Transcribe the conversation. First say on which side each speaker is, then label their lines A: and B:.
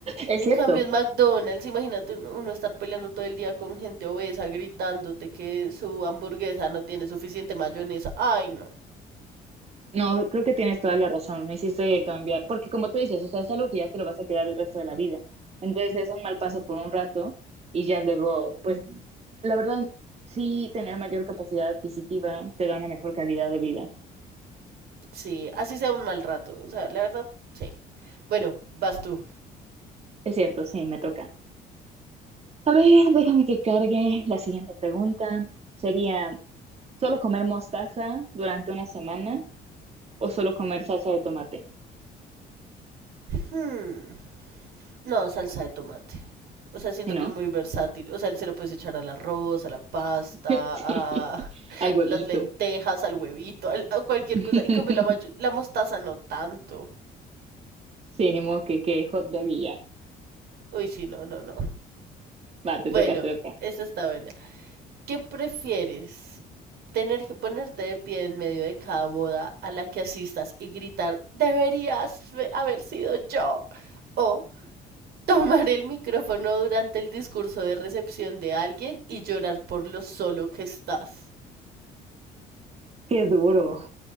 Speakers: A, on the right; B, on the right.
A: Es
B: En
A: cierto.
B: cambio, en McDonald's, imagínate uno uno estar peleando todo el día con gente obesa, gritándote que su hamburguesa no tiene suficiente mayonesa. Ay, no.
A: No, creo que tienes toda la razón, me hiciste cambiar, porque como tú dices, o sea, es algo que ya te lo vas a quedar el resto de la vida. Entonces es un mal paso por un rato y ya luego, pues, la verdad, sí, tener mayor capacidad adquisitiva te da una mejor calidad de vida.
B: Sí, así sea un mal rato. O sea, la verdad, sí. Bueno, vas tú.
A: Es cierto, sí, me toca. A ver, déjame que cargue la siguiente pregunta. Sería, ¿solo comer mostaza durante una semana o solo comer salsa de tomate?
B: Hmm, No, salsa de tomate. O sea, siento
A: Si no,
B: que es muy versátil. O sea, se lo puedes echar al arroz, a la pasta,
A: <laughs> sí,
B: a <laughs>
A: al huevito.
B: las lentejas, al huevito, al- a cualquier
A: <laughs>
B: cosa. En cambio, la, mayo- la mostaza no tanto.
A: Sí, ni modo que, que hot dog y ya.
B: Uy, sí, no, no, no.
A: Va,
B: Bueno,
A: te toca, te toca.
B: esa está buena. ¿Qué prefieres? ¿Tener que ponerte de pie en medio de cada boda a la que asistas y gritar, deberías haber sido yo? ¿O tomar el micrófono durante el discurso de recepción de alguien y llorar por lo solo que estás?
A: Qué duro.